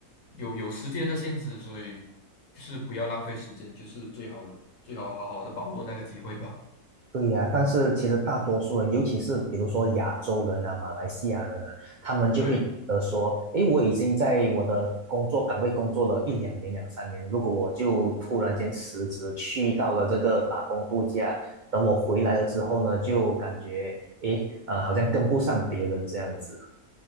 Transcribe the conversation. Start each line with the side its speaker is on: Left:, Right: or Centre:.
Left: 有有时间的限制，所以就是不要浪费时间，就是最好最好好好的把握那个机会吧。
Right: 对呀，但是其实大多数人，尤其是比如说亚洲人啊、马来西亚人啊，他们就会觉得说，
Left: 对，
Right: 诶，我已经在我的工作岗位工作了一两年、两三年，如果我就突然间辞职，去到了这个打工度假，等我回来了之后呢，就感觉，诶，呃，好像跟不上别人这样子。